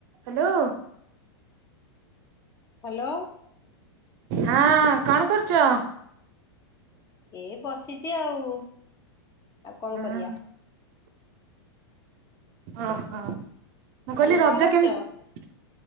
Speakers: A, on the right; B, on the left.
A: Hello
B: hello
A: ହଁ କଣ କରୁଚ?
B: ଏ ବସିଚି ଆଉ ଆଉ କଣ
A: ହଁ
B: କରିଆ।
A: ଅଁ ହଁ ମୁଁ କହିଲି
B: ତମେ
A: ରଜ
B: କଣ କରୁଛ?
A: କେମତ